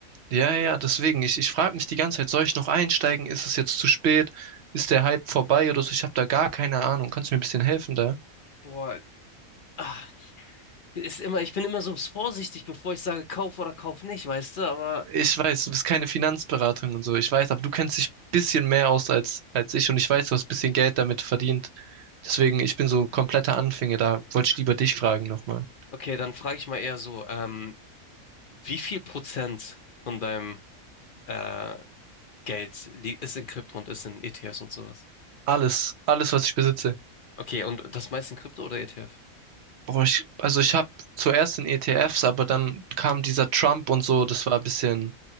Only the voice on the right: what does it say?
Ja, ja, deswegen. Ich, ich frage mich die ganze Zeit, soll ich noch einsteigen? Ist es jetzt zu spät? Ist der Hype vorbei oder so? Ich habe da gar keine Ahnung. Kannst du mir ein bisschen helfen da?
Ich weiß, du bist keine Finanzberatung und so. Ich weiß, aber du kennst dich ein bisschen mehr aus als, als ich und ich weiß, du hast ein bisschen Geld damit verdient. Deswegen, ich bin so kompletter Anfänger. Da wollte ich lieber dich fragen nochmal.
Alles, alles, was ich besitze.
Boah, ich, also ich habe zuerst in ETFs, aber dann kam dieser Trump und so, das war ein bisschen,